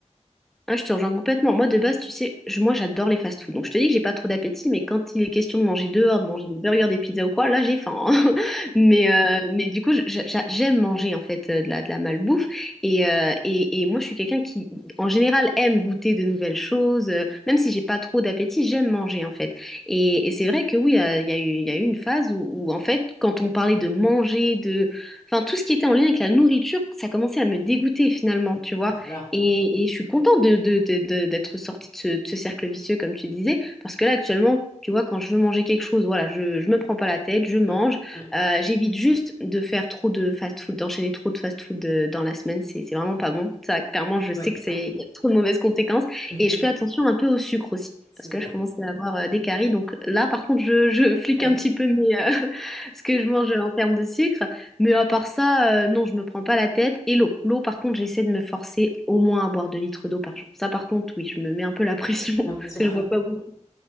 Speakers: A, in the centre; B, on the left.
A: Ah, je te rejoins complètement. Moi, de base, tu sais, je- moi, j'adore les fast-food. Donc, je te dis que j'ai pas trop d'appétit, mais quand il est question de manger dehors, de manger des burgers, des pizzas ou quoi, là, j'ai faim. hein. <laughs> Mais, euh, mais du coup, je- j'a- j'aime manger, en fait, euh, de la, de la malbouffe. Et, euh, et, et moi, je suis quelqu'un qui, en général, aime goûter de nouvelles choses. Euh, Même si j'ai pas trop d'appétit, j'aime manger, en fait. Et, et c'est vrai que oui, euh, il y a eu, il y a eu une phase où, où, en fait, quand on parlait de manger, de... Enfin, tout ce qui était en lien avec la nourriture, ça commençait à me dégoûter, finalement, tu vois.
B: Voilà.
A: Et, et je suis contente de, de- de- de- d'être sortie de ce, de ce cercle vicieux, comme tu disais, parce que là, actuellement, tu vois, quand je veux manger quelque chose, voilà, je, je me prends pas la tête, je mange.
B: Ouais, ouais,
A: Euh, j'évite juste de faire trop de fast-food, d'enchaîner trop de fast-food euh, dans la semaine, c'est, c'est vraiment pas bon. Ça, clairement, je sais
B: ouais,
A: que c'est,
B: ouais.
A: il y a trop de mauvaises conséquences.
B: <laughs>
A: Et je fais attention un peu au sucre aussi,
B: C'est-
A: parce que
B: oui.
A: là, je commence à avoir euh, des caries. Donc là, par contre, je, je flique
B: <laughs>
A: un petit peu mes, euh, <laughs> ce que je mange en termes de sucre. Mais à part ça, euh, non, je me prends pas la tête. Et l'eau. L'eau, par contre, j'essaie de me forcer au moins à boire 2 litres d'eau par jour. Ça, par contre, oui, je me mets un peu la pression. <laughs>
B: J'ai l'impression.
A: Parce que je bois pas beaucoup.